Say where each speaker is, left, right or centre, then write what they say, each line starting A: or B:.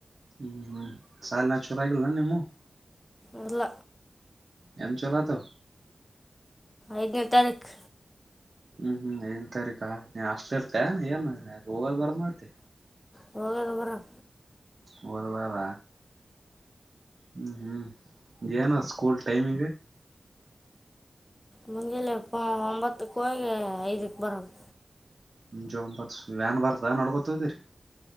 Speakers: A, on the right (about 50°); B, on the left (about 15°).
A: ಹ್ಮ್ ಹ್ಮ್ ಶಾಲಾ ಇನ್ನು ಚಾಲು ಅಗಿಲೆನಿ ನಿಮ್ಮವು
B: ಇಲ್ಲ
A: ಎನ್ ಚಲೋತವ
B: ಐದನೇ ತಾರೀಕು
A: ಹ್ಮ್ ಹ್ಮ್ ಐದನೆ ತಾರಿಕಾ ಎನ್ ಆಷ್ಟಲಿ ಇರ್ತೇ ಏನ್ ಹೋಗದ ಬರದ್ ಮಾಡ್ತ
B: ಹೋಗದು ಬರದು
A: ಹೋಗದು ಬರದ ಹ್ಮ್ ಹ್ಮ್ ಏನು ಸ್ಕೂಲ್ ಟೈಮಿಂಗ್
B: ಮುಂಜಾಲೆಪ್ಪ ಒಂಬತ್ತಕ್ಕ ಹೋಗಿ ಐದಕ್ ಬರದು
A: ಮುಂಜು ಒಂಬತ್ತು ವ್ಯಾನ್ ಬರ್ತ ನಡ್ಕೊತ ಹದಿರಿ